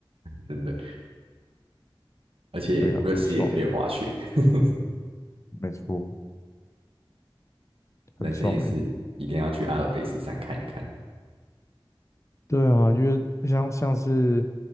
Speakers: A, on the right; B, on the left.
A: 真的。而且瑞士也可以滑雪，
B: 对啊，很爽。
A: <laughs>
B: 没错，
A: 人生也是一定要去阿尔卑斯山看一看
B: 很爽哎、对啊，因为像像是